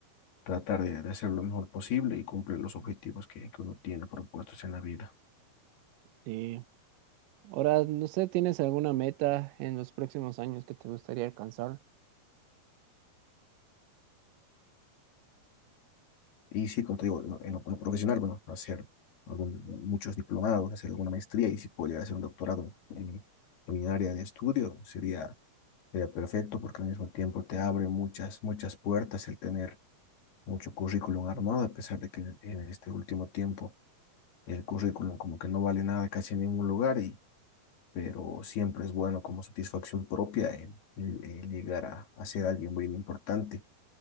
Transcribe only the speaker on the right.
Sí. Ahora, no sé, ¿tienes alguna meta en los próximos años que te gustaría alcanzar?